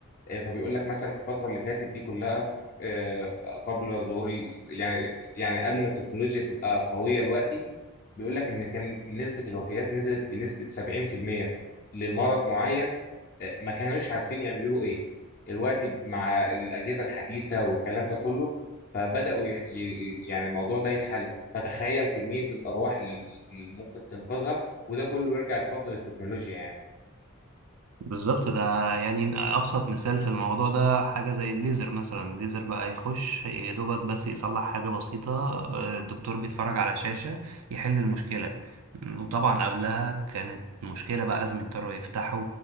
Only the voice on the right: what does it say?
بالظبط ده يعني أبسط مثال في الموضوع ده حاجة زي الليزر مثلا الليزر بقى يخش يا دوبك بس يصلح حاجة بسيطة آه، الدكتور بيتفرج على شاشة يحل المشكلة م، وطبعا قبلها كانت مشكلة بقى لازم يضطروا يفتحوا